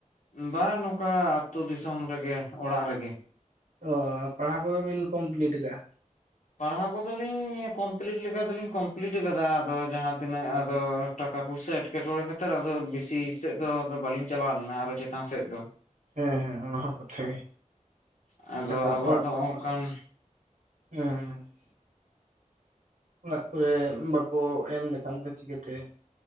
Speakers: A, on the left; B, on the right.
A: ᱵᱟᱝ ᱱᱚᱝᱠᱟ ᱟᱹᱛᱩᱳ ᱫᱤᱥᱚᱢ ᱨᱮᱜᱮ ᱚᱲᱟᱜ ᱨᱮᱜᱮ᱾
B: ᱚ ᱯᱟᱲᱦᱟᱣ ᱠᱚᱫᱚ ᱵᱤᱱ ᱠᱢᱯᱞᱤᱴ ᱟᱠᱟᱜᱼᱟ ᱾
A: ᱯᱟᱲᱦᱟᱣ ᱠᱚᱫᱚᱞᱤᱧ ᱠᱚᱢᱯᱞᱤᱴ ᱞᱮᱠᱟ ᱫᱚᱞᱤᱧ ᱠᱚᱢᱯᱞᱤᱴ ᱟᱠᱟᱫᱟ ᱟᱫᱚ ᱡᱟᱦᱟᱸ ᱛᱤᱱᱟᱹᱜ ᱟᱫᱚ ᱾ ᱴᱟᱠᱟ ᱯᱚᱭᱥᱟ ᱮᱴᱠᱮᱴᱚᱬᱮ ᱠᱟᱛᱮᱛ ᱟᱫᱚ ᱵᱮᱥᱤ ᱥᱮᱫ ᱫᱚ ᱵᱟᱹᱞᱤᱧ ᱪᱟᱞᱟᱣ ᱞᱮᱱᱟ ᱟᱨᱦᱚᱸ ᱪᱮᱛᱟᱱ ᱥᱮᱫ ᱫᱚ
B: ᱦᱮᱸ ᱦᱮᱸ ᱚᱱᱟ ᱦᱚᱸ ᱠᱟᱛᱷᱟ
A: ᱟᱫᱚ
B: ᱜᱮ ᱪᱮ <unintelligible>
A: ᱟᱵᱚᱣᱟᱜ
B: ᱚᱲᱟᱜ
A: ᱫᱚ ᱚᱱᱠᱟᱱ
B: ᱚᱲᱟᱜ ᱦᱸ ᱦᱸ <unintelligible> ᱚᱲᱟᱜ ᱠᱚᱨᱮ ᱵᱟᱠᱚ ᱮᱢ ᱞᱮᱠᱷᱟᱱ ᱫᱚ ᱪᱤᱠᱟᱹᱛᱮ?